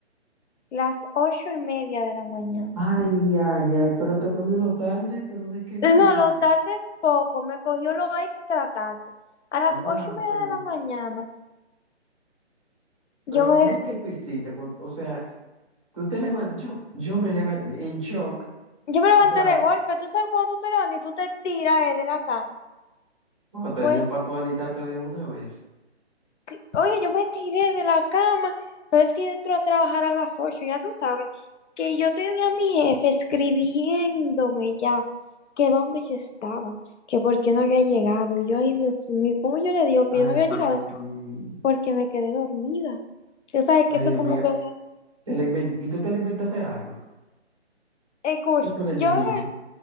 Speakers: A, on the left; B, on the right.
A: Las ocho y media de la mañana.
B: Ay, ay, ay, pero te cogió lo tarde, pero ¿de qué manera?
A: No, lo tarde es poco, me cogió lo extra tarde. A las
B: Wow,
A: ocho y media
B: pero,
A: de la mañana, yo
B: pero
A: me,
B: dime
A: des-
B: qué tú hiciste. cuan- o sea, tú te levantas, yo, yo me levanté en shock.
A: yo me levanté
B: O sea,
A: de golpe. Tú sabes cuando tú te levantas y tú te tiras eh, de la cama.
B: cuando te
A: Pues,
B: dio pa' tu alitata de una vez.
A: que- oye, yo me tiré de la cama, pero es que yo entro a trabajar a las ocho, ya tú sabes, que yo tenía a mi jefe escribiéndome ya, que dónde yo estaba, que por qué no había llegado. Y yo, ay, Dios mío, ¿cómo yo le digo que
B: Ay,
A: yo no había
B: Dios
A: llegado?
B: mío.
A: Porque me quedé dormida. Tú sabes
B: Ay,
A: que eso
B: Dios
A: como
B: mío.
A: que una,
B: Te la inven- ¿Y tú te le inventaste algo?
A: Escucha,
B: ¿Qué tú le
A: yo
B: dijiste?
A: agarré,